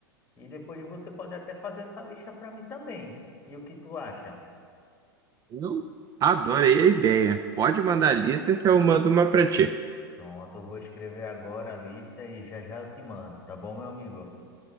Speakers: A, on the left; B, on the right.
A: E depois você pode até fazer essa lista para mim também. E o que tu acha?
B: Eu adorei a ideia. Pode mandar a lista que eu mando uma pra ti.
A: Pronto, eu vou escrever agora a lista e já já eu te mando, tá bom, meu amigo?